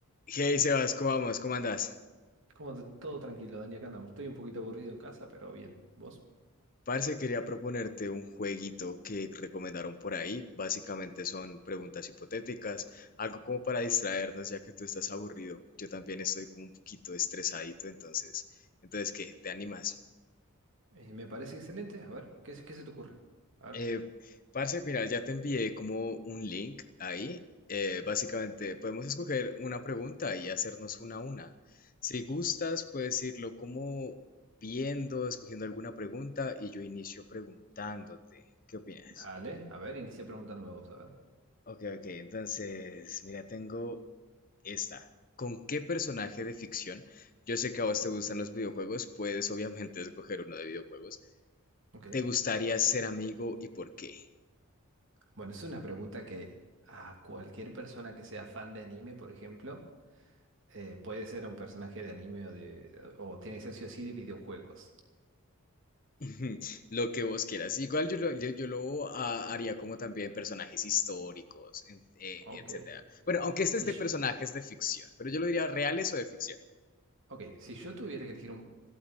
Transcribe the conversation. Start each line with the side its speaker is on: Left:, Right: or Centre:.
Left: Hey Sebas, ¿cómo vamos? ¿Cómo andás?
Right: Como t- todo tranquilo, Dani, acá andamos. Estoy un poquito aburrido en casa, pero bien. ¿Vos?
Left: Parce, quería proponerte un jueguito que recomendaron por ahí. Básicamente son preguntas hipotéticas, algo como para distraernos, ya que tú estás aburrido. Yo también estoy como un poquito estresadito, entonces, entonces, ¿qué? ¿Te animas?
Right: Eh, me parece excelente. A ver, ¿qué, se- qué se te ocurre? A ver,
Left: Eh, parce, mira, ya te envié como un link ahí. Eh, básicamente, podemos escoger una pregunta y hacernos una a una. Si gustas, puedes irlo como viendo, escogiendo alguna pregunta y yo inicio preguntándote. ¿Qué opinas?
Right: dale, a ver, inicia preguntándome vos, a ver.
Left: Ok, ok, entonces, mira, tengo esta. ¿Con qué personaje de ficción? Yo sé que a vos te gustan los videojuegos, puedes obviamente <laughs> escoger uno de videojuegos.
Right: Ok.
Left: ¿Te gustaría ser amigo y por qué?
Right: Bueno, es una pregunta que a cualquier persona que sea fan de anime, por ejemplo, eh, puede ser un personaje de anime o de, o tiene que ser sí o sí de videojuegos.
Left: <laughs> Lo que vos quieras. Igual yo lo, yo, yo lo ah, haría como también personajes históricos, en- eh,
Right: Ok.
Left: etcétera. Bueno, aunque este
Right: Si,
Left: es de
Right: sh-
Left: personajes de ficción, pero yo lo diría reales o de ficción.
Right: ok, si yo tuviera que elegir un